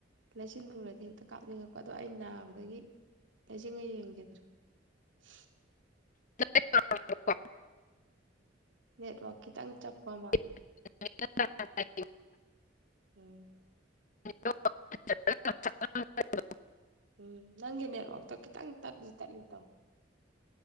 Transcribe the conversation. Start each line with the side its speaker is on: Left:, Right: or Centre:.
Right: ꯂꯩꯆꯤꯟꯑꯣꯔꯗꯤ ꯍꯦꯛꯇ ꯀꯥꯞꯅꯤꯡꯉꯛꯄ ꯑꯗꯣ ꯑꯩ ꯅꯥꯕꯗꯒꯤ ꯂꯩꯆꯤꯡꯉ ꯌꯦꯡꯈꯤꯗ꯭ꯔꯥ ꯎ <unintelligible>
Left: <unintelligible>
Right: ꯅꯦꯠ ꯋꯥꯛ ꯈꯤꯇꯪ ꯆꯞꯄ ꯃꯥ
Left: <unintelligible>
Right: ꯎꯝ
Left: <unintelligible> ꯑꯥꯣ
Right: ꯎꯝ ꯅꯪꯒꯤ ꯅꯦꯠꯋꯥꯛ ꯇꯣ ꯈꯤꯇꯪ ꯇꯠꯂꯤ ꯇꯠꯂꯤ ꯇꯧꯏ